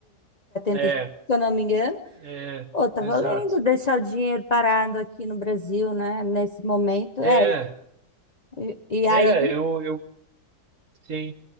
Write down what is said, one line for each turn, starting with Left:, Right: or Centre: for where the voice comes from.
Right: É,
Left: 14,75, se eu não me engano,
Right: é,
Left: pô, tá
Right: exato.
Left: valendo deixar o dinheiro parado aqui no Brasil, né? Nesse momento.
Right: É,
Left: É, e, e aí.
Right: é, eu, eu, sim.